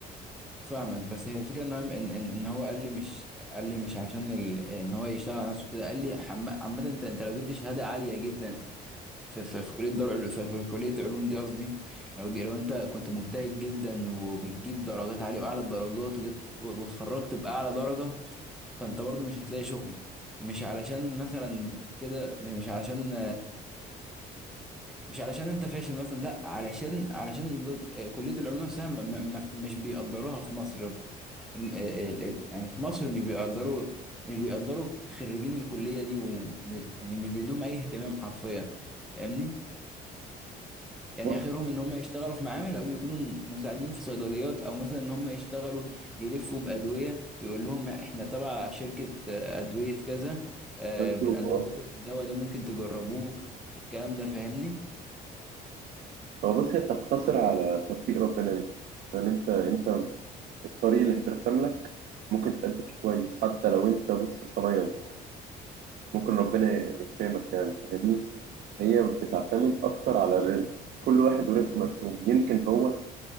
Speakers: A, in the centre; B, on the right.
A: فاهمك بس هي الفكره ان هو ان ان إن هو قال لي مش قال لي مش عشان ال... ان هو يشتغل على نفسه كده قال لي حم... عامه انت انت لو جبت شهاده عاليه جدا في في, في كليه دار عل- في, في كليه علوم دي قصدي لو ج- لو انت كنت مجتهد جدا وبتجيب درجات عاليه واعلى الدرجات وجبت و- واتخرجت باعلى درجه فانت برضو مش هتلاقي شغل مش علشان مثلا كده مش علشان مش علشان انت فاشل مثلا لا علشان علشان ضد- آه، كلية العلوم نفسها م- م- م- مش بيقدروها في مصر ال- ال- ال- يعني في مصر مش بيقدروا مش بيقدروا خريجين الكلية دي و يعني مش بيدوهم أي اهتمام حرفيا فاهمني؟ يعني
B: بص
A: آخرهم إن هم يشتغلوا في معامل أو يكونوا مساعدين في صيدليات أو مثلا إن هم يشتغلوا يلفوا بأدوية يقول لهم إحنا تبع شركة آه، أدوية كذا آه،
B: مندوب
A: بنقدم
B: اه
A: لكم الدواء ده ممكن تجربوه الكلام ده فاهمني؟
B: هو بص هي بتقتصر على توفيق ربنا ليك يعني انت انت الطريق اللي هيترسم لك ممكن تأدي فيه كويس حتى لو انت بص صنايعي يعني ممكن ربنا يكرمك يعني فاهمني هي بتعتمد اكتر على الرزق كل واحد ورزقه مرسوم يمكن هو